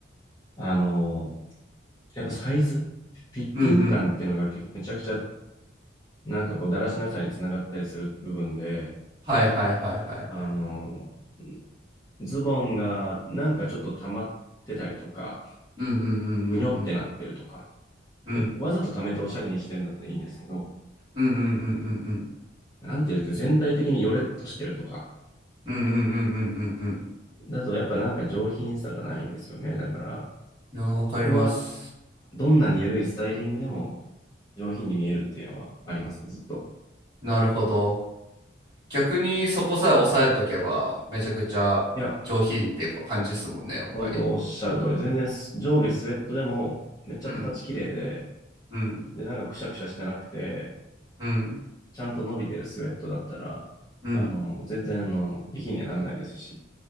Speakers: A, on the left; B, on the right.
A: あの、やっぱサイズ、フィッティング感っていうのがけめちゃくちゃ、
B: うんうん。
A: なんかこう、だらしなさにつながったりする部分で、
B: はいはいはいはいはい。
A: あの、ズボンがなんかちょっと溜まってたりとか、
B: うんうんうんうん
A: ぐにょってなってるとか、
B: うんう
A: でわざと溜めておしゃれにしてるんだったらいいんですけど、
B: んうんうんうんうんうん
A: なんていうか、全体的にヨレッとしてるとか、
B: うんうんうんうんうんうん。
A: だとやっぱなんか上品さがないんですよね。だから、
B: いや、わかります。
A: そこはどんなに緩いスタイリングでも上品に見えるっていうのはありますね、ずっと。
B: なるほど。逆にそこさえ抑えとけばめちゃくちゃ上品っていう感じですもんねやっぱり
A: いや、本当おっしゃる通り、全然上下スウェットでもめっちゃ形綺麗で、
B: うんうん
A: で、なんかくしゃくしゃしてなくて、
B: うん
A: ちゃんと伸びてるスウェットだったら、
B: うん
A: あの、全然あの下品にはならないですし、